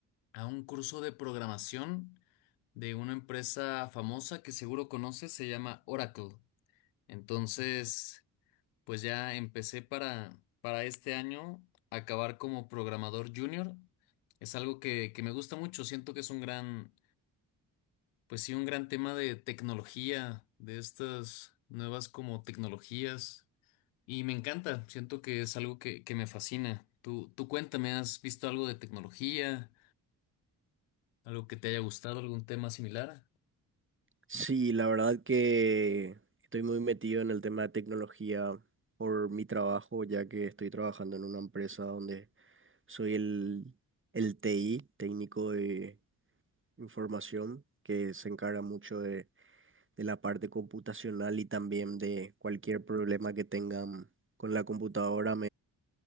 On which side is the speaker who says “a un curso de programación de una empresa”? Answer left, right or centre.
Left